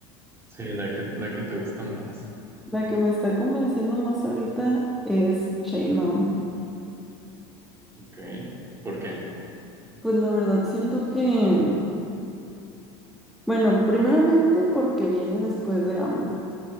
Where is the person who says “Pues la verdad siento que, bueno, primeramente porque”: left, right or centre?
Centre